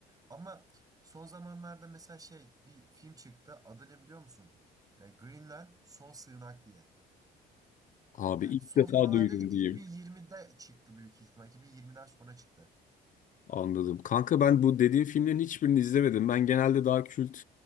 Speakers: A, on the right (about 20°); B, on the left (about 50°).
A: Ama son zamanlarda mesela şey bir film çıktı. Adı ne biliyor musun? E, Greenland Son Sığınak diye.
B: Abi
A: Yani
B: ilk
A: son
B: defa
A: zamanlarda
B: duydum
A: dedim
B: diyeyim.
A: 2020'de çıktı büyük ihtimal. 2020'den sonra çıktı.
B: Anladım. Kanka ben bu dediğin filmlerin hiçbirini izlemedim. Ben genelde daha kült